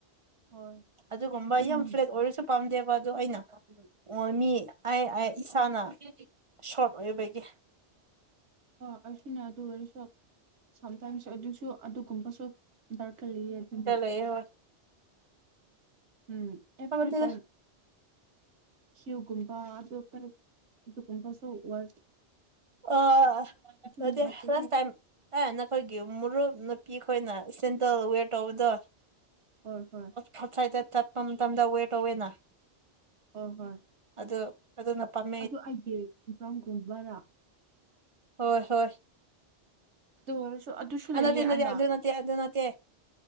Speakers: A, on the right (about 85°); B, on the right (about 30°).
A: ꯍꯣꯏ
B: ꯑꯗꯨꯒꯨꯝꯕ
A: ꯎꯝ
B: ꯌꯥꯝ ꯐ꯭ꯂꯦꯠ ꯑꯣꯏꯔꯁꯨ ꯄꯥꯝꯗꯦꯕ ꯑꯗꯨ ꯑꯩꯅ꯫ ꯑꯣ ꯃꯤ ꯑꯩ ꯑꯩ ꯏꯁꯥꯅ ꯁ꯭ꯣꯔꯠ ꯑꯣꯏꯕꯒꯤ꯫
A: ꯍꯣꯏ ꯑꯩꯁꯨꯅꯦ ꯑꯗꯨ ꯑꯣꯏꯔꯁꯨ ꯁꯝꯇꯥꯏꯝꯁꯨ ꯑꯗꯨꯁꯨ ꯑꯗꯨꯒꯨꯝꯕꯁꯨ ꯗꯔꯀꯜꯂꯤꯌꯦ ꯑꯗꯨꯅꯦ
B: ꯑꯦ ꯍꯣꯏ
A: ꯎꯝ ꯑꯦꯕ꯭ꯔꯤ
B: ꯈꯪꯗꯦꯗ
A: ꯇꯥꯏꯝ ꯁꯤꯒꯨꯝꯕ ꯑꯗꯨ ꯀꯩ ꯑꯗꯨꯒꯨꯝꯕꯁꯨ ꯑꯣꯏ
B: ꯑ ꯅꯠꯇꯦ
A: ꯅꯨꯡꯉꯥꯏꯇꯦꯍꯦ
B: ꯔꯁ ꯇꯥꯏꯝ ꯑꯦ ꯅꯈꯣꯏꯒꯤ ꯃꯨꯔꯨꯞ ꯅꯨꯄꯤ ꯑꯩꯈꯣꯏꯅ ꯁꯦꯟꯗꯜ ꯋꯦꯔ ꯇꯧꯕꯗꯣ
A: ꯍꯣꯏ ꯍꯣꯏ
B: ꯐꯣꯠꯁꯥꯏꯠꯇ ꯆꯠꯄ ꯃꯇꯝꯗ ꯋꯦꯔ ꯇꯧꯋꯦꯅ
A: ꯍꯣꯏ ꯍꯣꯏ
B: ꯑꯗꯨ ꯑꯗꯨꯅ ꯄꯥꯝ
A: ꯑꯗꯨ ꯑꯩꯒꯤ <unintelligible> ꯕꯔꯥ
B: ꯍꯣꯏ ꯍꯣꯏ
A: ꯑꯗꯨ ꯑꯣꯏꯔꯁꯨ ꯑꯗꯨꯁꯨ
B: ꯑ
A: ꯂꯩꯌꯦ
B: ꯅꯠꯇꯦ ꯅꯠꯇꯦ
A: ꯑꯩꯅ
B: ꯑꯗꯨ ꯅꯠꯇꯦ ꯑꯗꯨ ꯅꯠꯇꯦ